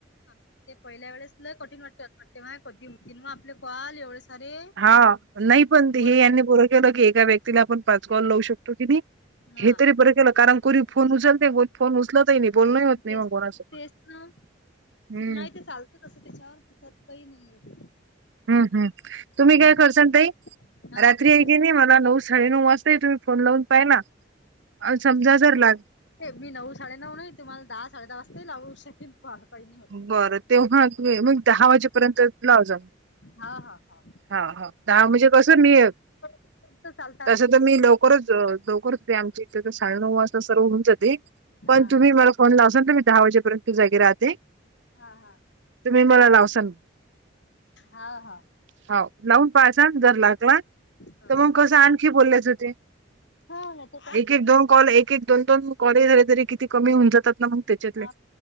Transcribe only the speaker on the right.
हा नाही पण हे
यांनी पुरं केलं की एका व्यक्ती तिला आपण पाच कॉल लावू शकतो की नाही
हे तरी बरं केलं कारण कोणी फोन उचल तेल फोन उचलतही नाही बोलण होत नाही
मग कोणाच सोबत
हम्म
हम हम् तुम्ही
काय करसान ताई
रात्री ये की नाही मला नऊ साडे नऊ वाजता तुम्ही फोन लावून पाय ना, समजा जर लाग
बरं तेव्हा
मग दहा वाजेपर्यंत. लाव जाऊ
हा हा म्हणजे कस मी.
तसं तर मी लवकरच लवकरच आमच्या इथ तर साडे नऊ वाजता सर्व होऊन जातो.
पण तुम्ही मला फोन लावशाल मी दहा वाजेपर्यंत जागे राहते.
तुम्ही मला लावसाल.
होव लावून पाहासाल जर लागला.
तर
मग कसं आणखी बोललेय जाते
एक एक दोन कॉल एक एक. दोन दोन कॉल झाले तरी किती कमी होऊन जातात ना मग त्याच्यातले